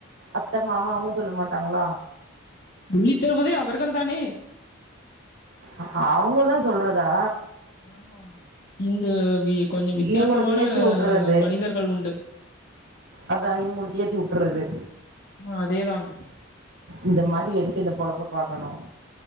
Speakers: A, on the right; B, on the left.
A: அத்த மாமா அவுங்க சொல்ல மாட்டாங்களா
B: உள்ளி தருவதே அவர்கள் தானே
A: அ அவங்கதான் சொல்றதா
B: ஆமா இங்க கொஞ்சம் வித்தியாசமான
A: இவங்களுக்கு ஏத்தி வுட்டுறது
B: மனிதர்கள் உண்டு
A: அதா இவுங்களுக்கு ஏத்தி விட்றது
B: ஆ அதேதான்
A: இந்த மாரி எதுக்கு இந்த பொழப்ப பாக்கணும்